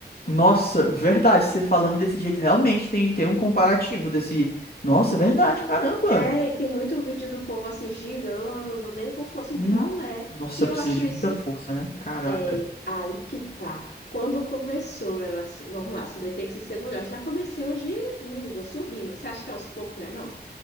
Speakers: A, on the left; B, on the left.
A: Nossa, verdade, você falando desse jeito, realmente tem, tem um comparativo desse. Nossa, verdade, caramba.
B: É, e tem muito vídeo do povo assim girando, né? Como se fosse um
A: Uhum.
B: balé.
A: Nossa,
B: E eu
A: precisa
B: acho
A: de
B: isso.
A: muita força, né? Caraca.
B: É, aí que tá. Quando começou, elas. Vamos lá, você vai ter que se segurar. Já comecei hoje lindo, subindo. Você acha que é aos poucos, né? Não.